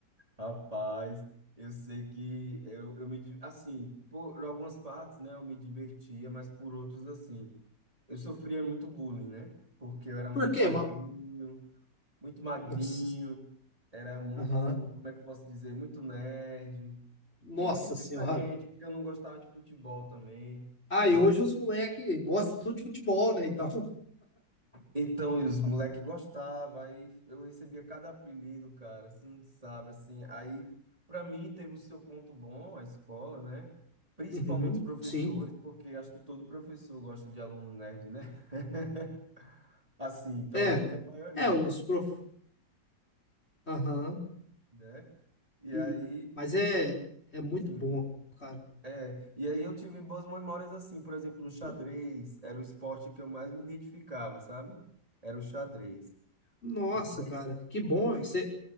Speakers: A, on the right (about 20°); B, on the left (about 35°).
A: Rapaz, eu sei que eu, eu me, di- assim, por algumas partes, né, eu me divertia, mas por outros, assim, eu sofria muito bullying, né? Porque eu era muito
B: Por quê?
A: magrinho,
B: Mas,
A: muito magrinho,
B: nossa,
A: era muito,
B: aham,
A: como é que eu posso dizer, muito nerd.
B: Nossa
A: E muito diferente,
B: senhora.
A: porque eu não gostava de futebol também.
B: Ah,
A: Muito...
B: e hoje os moleques gostam tudo de futebol, né? Então,
A: Então, e os moleques gostavam, aí eu recebia cada apelido, cara, você não sabe, assim. Aí, para mim, teve o seu ponto bom, a escola, né? Principalmente
B: Uhum,
A: os professores,
B: sim.
A: porque acho que todo professor gosta de aluno nerd, né? <laughs> Assim, pelo
B: é,
A: menos a maioria,
B: é, os prof... Aham,
A: né? E
B: e...
A: aí,
B: Mas é, é muito
A: sim.
B: bom, cara.
A: É, e aí eu tive boas memórias assim, por exemplo, no xadrez,
B: N-
A: era o esporte que eu mais me identificava, sabe? Era o xadrez.
B: Nossa,
A: Mas
B: cara, que bom.
A: le-
B: Você